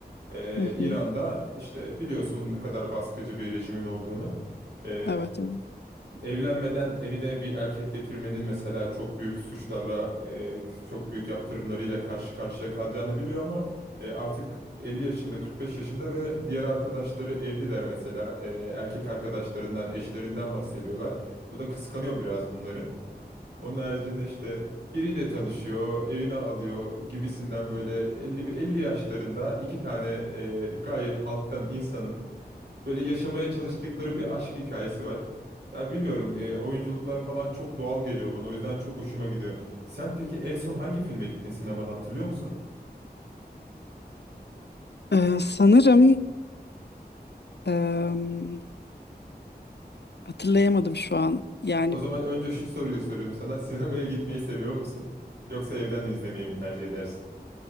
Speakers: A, on the right; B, on the left.
A: ee,
B: hı
A: İran'da
B: hı.
A: işte biliyorsun ne kadar baskıcı bir rejimin olduğunu. Ee,
B: Evet, evet.
A: evlenmeden evine bir erkek getirmenin mesela çok büyük suçlarla, e, çok büyük yaptırımlarıyla karşı karşıya kalacağını biliyor ama e, artık 50 yaşında, 45 yaşında ve diğer arkadaşları evliler mesela. E, erkek arkadaşlarından, eşlerinden bahsediyorlar. Bu da kıskanıyor biraz bunları. Onun haricinde işte biriyle tanışıyor, evine alıyor gibisinden böyle 50 bir 50 yaşlarında iki tane e, gayet halktan insanın böyle yaşamaya çalıştıkları bir aşk hikayesi var. Ya bilmiyorum e, oyunculuklar falan çok doğal geliyor bana o yüzden çok hoşuma gidiyor. Sen peki en son hangi filme gittin sinemada hatırlıyor musun?
B: Ee, sanırım em, hatırlayamadım şu an. Yani
A: O zaman önce şu soruyu sorayım sana. <laughs> Sinemaya gitmeyi seviyor musun? Yoksa evden izlemeyi mi tercih edersin?